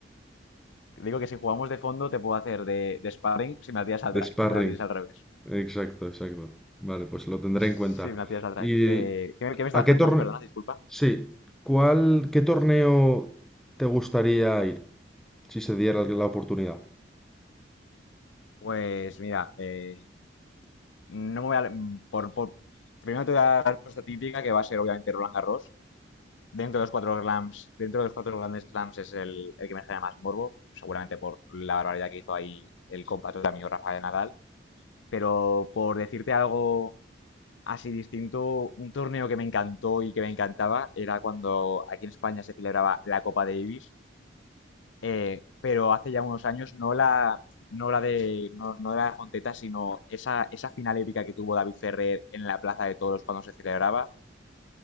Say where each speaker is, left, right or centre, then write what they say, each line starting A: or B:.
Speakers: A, on the left; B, in the centre.
A: digo que si jugamos de fondo te puedo hacer de, de sparring si me la tiras al
B: de
A: drive,
B: sparring?
A: no me la tires al revés.
B: Exacto, exacto. Vale, pues lo tendré
A: Sí,
B: en cuenta.
A: me la tiras la Drive.
B: ¿Y
A: Eh, ¿qué, qué me estabas
B: a qué
A: preguntando?
B: torneo?
A: Perdona, disculpa.
B: Sí, ¿cuál, qué torneo te gustaría ir? si se diera la oportunidad.
A: Pues mira, eh, no me voy a. Por, por- primero te voy a dar la respuesta típica, que va a ser obviamente Roland Garros. Dentro de los cuatro slams, dentro de los cuatro grandes slams es el, el que me genera más morbo, seguramente por la barbaridad que hizo ahí el compatriota mío Rafael Nadal. Pero por decirte algo así distinto, un torneo que me encantó y que me encantaba era cuando aquí en España se celebraba la Copa Davis, eh, pero hace ya unos años no la, no la de no, no la de Fonteta, sino esa, esa final épica que tuvo David Ferrer en la Plaza de Toros cuando se celebraba.